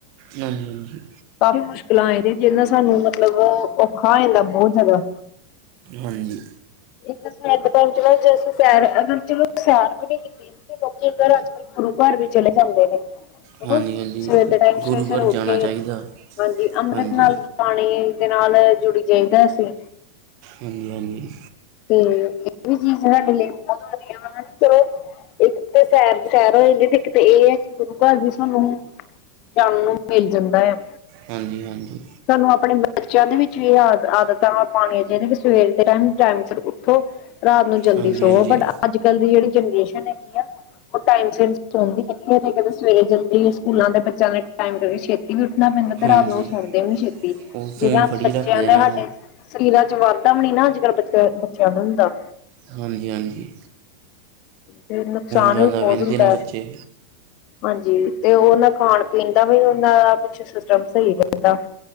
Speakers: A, on the right (about 45°); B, on the left (about 40°).
A: ਹਾਂਜੀ-ਹਾਂਜੀ।
B: ਕਾਫ਼ੀ ਮੁਸ਼ਕਿਲਾਂ ਆ ਜਾਦੀਆਂ, ਜਿਹਦੇ ਨਾਲ ਸਾਨੂੰ ਮਤਲਬ ਔਖਾ ਹੋ ਜਾਦਾ ਵਾ, ਬੋਹ ਜ਼ਿਆਦਾ
A: ਹਾਂਜੀ।
B: ਇੱਕ ਤਾਂ ਸਵੇਰ ਦੇ ਟਾਈਮ ਚਲੋ ਜਸਟ ਸੈਰ <inaudible> ਸੈਰ ਵੀ ਨੀ ਕੀਤੀ, ਤੇ ਲੋਕੀ ਗੁਰੂਘਰ ਵੀ ਚਲੇ ਜਾਂਦੇ ਨੇ। ਮਮਾਂ,
A: ਹਾਂਜੀ ਹਾਂਜੀ
B: ਸਵੇਰ ਦੇ ਟਾਈਮ,
A: ਗੁਰੂ
B: ਸਵੇਰੇ-ਸਵੇਰੇ
A: ਘਰ
B: ਉੱਠ
A: ਜਾਣਾ
B: ਕੇ
A: ਚਾਹੀਦਾ
B: ਹਾਂਜੀ, ਅੰਮ੍ਰਿਤ
A: ਹਾਂਜੀ
B: ਨਾਲ ਪਾਣੀ ਦੇ ਨਾਲ ਜੁੜ ਜਾਈਦਾ ਅਸੀਂ
A: ਹਾਂਜੀ-ਹਾਂਜੀ।
B: ਤੇ ਇਹ ਵੀ ਚੀਜ਼ ਸਾਡੇ ਲਈ ਬਹੁਤ ਵਧੀਆ ਵਾ ਹਨਾ, ਚਲੋ ਇੱਕ ਤੇ ਸੈਰ-ਸੈਰ ਹੋ ਜਾਂਦੀ, ਤੇ ਇੱਕ ਇਹ ਆ ਕਿ ਗੁਰੂਘਰ ਵੀ ਸਾਨੂੰ ਜਾਣ ਨੂੰ ਮਿਲ ਜਾਂਦਾ ਆ
A: ਹਾਂਜੀ-ਹਾਂਜੀ।
B: ਸਾਨੂੰ ਆਪਣੇ ਬੱਚਿਆਂ ਦੇ ਵਿੱਚ ਇਹ ਆਦ ਆਦਤਾਂ ਪਾਣੀਆਂ ਚਾਹੀਦੀਆਂ, ਕਿ ਸਵੇਰ ਦੇ ਟਾਈਮ, ਟਾਈਮ ਸਿਰ ਉਠੋ, ਰਾਤ ਨੂੰ ਜਲਦੀ
A: ਹਾਂਜੀ
B: ਸੋਵੋ ਬਟ
A: ਹਾਂਜੀ
B: ਅੱਜ-ਕੱਲ ਦੀ ਜਿਹੜੀ ਜਨਰੇਸ਼ਨ ਹੈਗੀ ਆ, ਉਹ ਟਾਈਮ ਸਿਰ ਸੌਂਦੀ ਨਈ ਤੇ ਕਦੇ ਸਵੇਰੇ ਜਲਦੀ, ਸਕੂਲਾਂ ਦੇ ਬੱਚਿਆਂ ਦੇ ਟਾਈਮ ਕਰਕੇ ਛੇਤੀ ਫਿਰ ਉੱਠਣਾ ਪੈਂਦਾ, ਤੇ
A: ਹਾਂਜੀ
B: ਰਾਤ ਨੂੰ ਸੌਦੇ ਵੀ ਨਈ ਛੇਤੀ,
A: ਉਹ ਫੋਨ
B: ਜਿੱੰਨਾ
A: ਫੜੀ
B: ਬੱਚਿਆਂ
A: ਰੱਖਦੇ
B: ਦੇ
A: ਨਾ
B: ਸਰੀਰਾਂ ਚ ਵਾਧਾ, ਵੀਨੀਨਾ, ਅੱਜ ਕੱਲ੍ਹ ਬੱਚ-ਬੱਚਿਆਂ ਦੇ ਹੁੰਦਾ।
A: ਹਾਂਜੀ-ਹਾਂਜੀ।
B: ਤੇ ਨੁਕਸਾਨ
A: ਜ਼ਿਆਦਾ
B: ਵੀ ਬਹੁਤ
A: ਵਹਿੰਦੇ
B: ਹੁੰਦਾ,
A: ਨਾ ਬੱਚੇ
B: ਹਾਂਜੀ ਜੀ, ਤੇ ਉਹ ਨਾ ਖਾਣ-ਪੀਣ ਦਾ ਵੀ ਉਹਨਾਂ ਦਾ ਕੁਛ ਸਿਸਟਮ ਸਹੀ ਰਹਿੰਦਾ